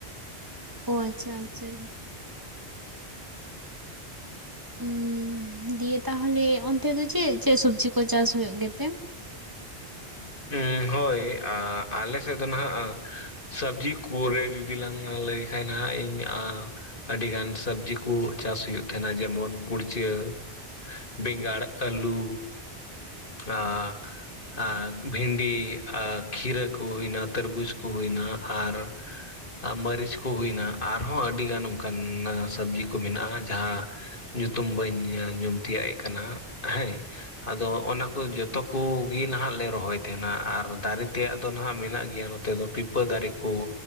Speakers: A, on the right (about 20°); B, on the left (about 55°).
A: ᱚ ᱟᱪᱪᱷᱟ ᱟᱪᱪᱷᱟ᱾ ᱩᱢ ᱫᱤᱭᱮ ᱛᱟᱦᱚᱞᱮ ᱚᱱᱛᱮ ᱫᱚ ᱪᱮᱫ ᱪᱮᱫ ᱥᱚᱵᱡᱤ ᱠᱚ ᱪᱟᱥ ᱦᱩᱭᱩᱜ ᱜᱮᱛᱮ?
B: ᱩᱸ ᱦᱳᱭ ᱟᱞᱮ ᱥᱮᱫ ᱫᱚ ᱱᱟᱦᱟᱸᱜ ᱥᱟᱵᱽᱡᱤ ᱠᱚᱨᱮ ᱡᱩᱫᱤ ᱞᱟᱝ ᱞᱟᱹᱭ ᱠᱷᱟᱡ ᱱᱟᱦᱟᱸᱜ ᱤᱧ ᱟ ᱟᱹᱰᱤᱜᱟᱱ ᱥᱟᱵᱽᱡᱤ ᱠᱚ ᱪᱟᱥ ᱦᱩᱭᱩᱜ ᱛᱟᱦᱮᱸᱱᱟ ᱡᱮᱢᱚᱱ ᱠᱩᱲᱪᱟᱹ ᱵᱮᱝᱜᱟᱲ ᱟᱹᱞᱩ ᱟ ᱟ ᱵᱷᱤᱱᱰᱤ ᱟᱨ ᱠᱷᱤᱨᱟᱹ ᱠᱚ ᱦᱩᱭᱱᱟ ᱛᱟᱨᱵᱩᱡᱽ ᱠᱚ ᱦᱩᱭᱱᱟ ᱟᱨ ᱢᱟᱹᱨᱤᱪ ᱠᱚ ᱦᱩᱭᱱᱟ ᱟᱨᱦᱚᱸ ᱟᱹᱰᱤ ᱜᱟᱱ ᱚᱱᱠᱟᱱ ᱥᱟᱵᱽᱡᱤ ᱠᱚ ᱢᱮᱱᱟᱜ-ᱟ ᱡᱟᱦᱟ ᱧᱩᱛᱩᱢ ᱵᱟᱹᱧ ᱧᱩᱢ ᱛᱤᱭᱟᱹᱜ ᱮᱜ ᱠᱟᱱᱟ ᱦᱟᱹᱭ᱾ ᱟᱫᱚ ᱚᱱᱟ ᱠᱩ ᱡᱚᱛᱚ ᱠᱩᱜᱮ ᱱᱟᱦᱟᱜ ᱞᱮ ᱨᱚᱦᱚᱭ ᱛᱮᱦᱮᱱᱟ ᱟᱨ ᱫᱟᱨᱮ ᱛᱮᱭᱟᱜ ᱫᱚ ᱱᱟᱦᱱᱟᱜ ᱢᱮᱱᱟᱜ ᱜᱮᱭᱟ ᱱᱚᱛᱮ ᱫᱚ ᱯᱤᱯᱟᱹ ᱫᱟᱨᱮ ᱠᱩ᱾